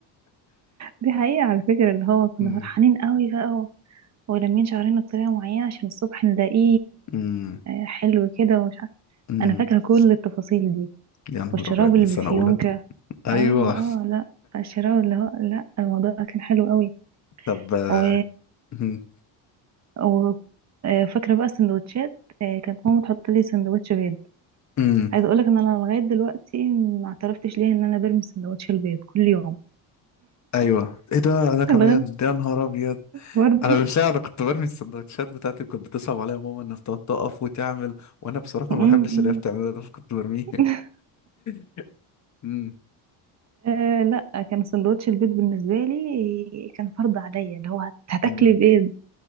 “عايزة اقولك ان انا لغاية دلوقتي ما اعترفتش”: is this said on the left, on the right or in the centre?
Right